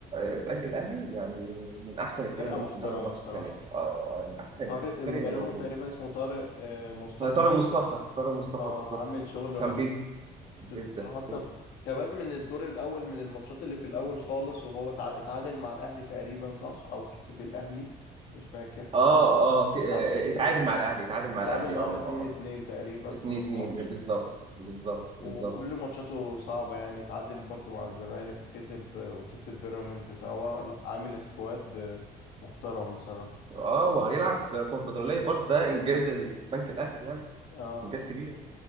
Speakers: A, on the right; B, on the left.
A: البنك الاهلي يعني من احسن الفرق
B: فرقه
A: اللي موجود
B: محترمه
A: في الدوري المصري
B: بصراحه
A: السنه دي اه آه، من احسن
B: طارق مدربهم
A: الفرق اللي موجوده
B: تقريبا اسمه طارق آه، مصطفى
A: ما طارق مصطفى طارق مصطفى
B: اه
A: بالظبط
B: عامل شغل
A: كان
B: رهيب
A: بيه جدا
B: في حتى
A: جدا
B: في- كمان من الدور الاول من الماتشات اللي في الاول خالص وهو تع- اتعادل مع الاهلي تقريبا صح او كسب الاهلي مش فاكر
A: اه اه ك- آه،
B: صح
A: اتعادل مع الاهلي اتعادل مع
B: اتعادل
A: الاهلي
B: معانا
A: اه
B: 2
A: اه
B: 2 تقريبا
A: 2
B: في ماتش
A: 2 بالظبط بالظبط
B: وكل
A: بالظبط
B: ماتشاته صعبة يعني اتعادل برضو مع الزمالك وكسب وكسب بيراميدز فهو لأ، عامل سكواد محترم بصراحة
A: اه وهيلعب كونفدراليه برضه ده انجاز البنك الاهلي يعني
B: اه
A: انجاز كبير